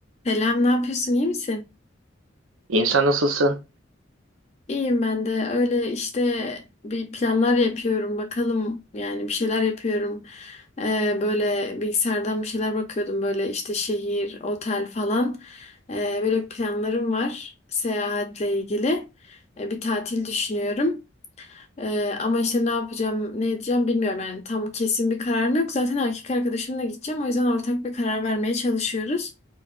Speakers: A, on the left; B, on the right.
A: Selam, ne yapıyorsun? İyi misin?
B: İyiyim sen nasılsın?
A: İyiyim ben de. Öyle işte bir planlar yapıyorum. Bakalım yani bir şeyler yapıyorum. Ee, böyle bilgisayardan bir şeyler bakıyordum. Böyle işte şehir, otel falan. Ee, böyle planlarım var seyahatle ilgili. Ee, bir tatil düşünüyorum. Ee, ama işte ne yapacağım, ne edeceğim bilmiyorum. Yani tam kesin bir kararım yok. Zaten erkek arkadaşımla gideceğim. O yüzden ortak bir karar vermeye çalışıyoruz.